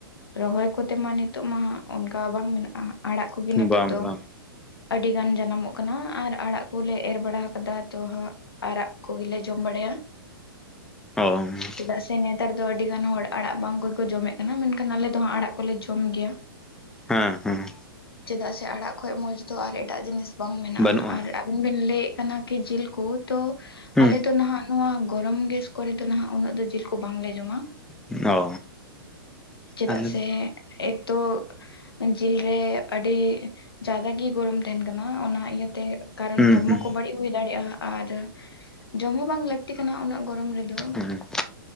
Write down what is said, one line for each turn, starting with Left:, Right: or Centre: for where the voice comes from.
Left: ᱨᱚᱦᱚᱭ ᱠᱚᱛᱮ ᱢᱟ ᱱᱤᱛᱚᱜ ᱢᱟ ᱚᱱᱠᱟ ᱵᱟᱝ ᱢᱮᱱᱟᱜᱼᱟ᱾ ᱟᱲᱟᱜ ᱠᱚᱜᱮ ᱱᱤᱛᱚᱜ
Centre: ᱵᱟᱝ
Left: ᱫᱚ᱾
Centre: ᱵᱟᱝ
Left: ᱟᱹᱰᱤ ᱜᱟᱱ ᱡᱟᱱᱟᱢᱚᱜ ᱠᱟᱱᱟ, ᱟᱨ ᱟᱲᱟᱜ ᱠᱚᱞᱮ ᱮᱨ ᱵᱟᱲᱟ ᱟᱠᱟᱫᱟ ᱛᱚ ᱦᱟᱸᱜ, ᱟᱲᱟᱜ ᱠᱚᱜᱮ ᱞᱮ ᱡᱚᱢ ᱵᱟᱲᱟᱭᱟ᱾
Centre: ᱚ
Left: ᱪᱮᱫᱟᱜ ᱥᱮ ᱱᱮᱛᱟᱨ ᱫᱚ ᱟᱹᱰᱤ ᱜᱟᱱ ᱦᱚᱲ ᱟᱲᱟᱜ ᱵᱟᱝ ᱚᱠᱚᱭ ᱠᱚ ᱡᱚᱢ ᱮᱫ ᱠᱟᱱᱟ, ᱢᱮᱱᱠᱷᱟᱱ ᱟᱞᱮ ᱫᱚ ᱦᱟᱜ ᱟᱲᱟᱜ ᱠᱚᱞᱮ ᱡᱚᱢ ᱜᱮᱭᱟ᱾
Centre: ᱦᱮᱸ ᱦᱮᱸ
Left: ᱪᱮᱫᱟᱜ ᱥᱮ ᱟᱲᱟᱜ ᱠᱷᱚᱱ ᱢᱚᱸᱡᱽ ᱫᱚ ᱟᱨ ᱮᱴᱟᱜ ᱡᱤᱱᱤᱥ ᱵᱟᱝ ᱢᱮᱱᱟᱜᱼᱟ᱾
Centre: ᱵᱟᱹᱱᱩᱜᱼᱟ
Left: ᱟᱨ ᱟᱵᱤᱱ ᱵᱮᱱ ᱞᱟᱹᱭ ᱮᱫ ᱠᱟᱱᱟ ᱠᱤ ᱡᱤᱞ ᱠᱩ ᱛᱚ
Centre: ᱦᱩᱸ
Left: ᱟᱞᱮ ᱫᱚ ᱱᱟᱦᱟᱜ, ᱱᱚᱣᱟ ᱜᱚᱨᱚᱢ ᱜᱮᱥ ᱠᱚᱨᱮ ᱫᱚ ᱱᱟᱦᱟᱜ ᱩᱱᱟᱹᱜ ᱫᱚ ᱡᱤᱞ ᱠᱚ ᱵᱟᱝᱞᱮ ᱡᱚᱢᱟ᱾
Centre: ᱚ
Left: ᱪᱮᱫᱟᱜ
Centre: ᱟᱞᱮ
Left: ᱥᱮ, ᱮᱠᱛᱚ ᱡᱤᱞ ᱨᱮ ᱟᱹᱰᱤ, ᱡᱟᱫᱟ ᱜᱮ ᱜᱚᱨᱚᱢ ᱛᱟᱦᱮᱸᱱ ᱠᱟᱱᱟ ᱚᱱᱟ ᱤᱭᱟᱹᱛᱮ ᱠᱟᱨᱚᱱ
Centre: ᱦᱩᱸ
Left: ᱦᱚᱲᱢᱚ
Centre: ᱦᱩᱸ
Left: ᱠᱚ ᱵᱟᱹᱲᱤᱡ ᱦᱩᱭ ᱫᱟᱲᱮᱭᱟᱜᱼᱟ᱾ ᱟᱨ ᱡᱚᱢ ᱦᱚᱸ ᱵᱟᱝ ᱞᱟᱹᱠᱛᱤ ᱠᱟᱱᱟ ᱩᱱᱟᱹᱜ ᱜᱚᱨᱚᱢ ᱨᱮᱫᱚ,
Centre: ᱦᱩᱸ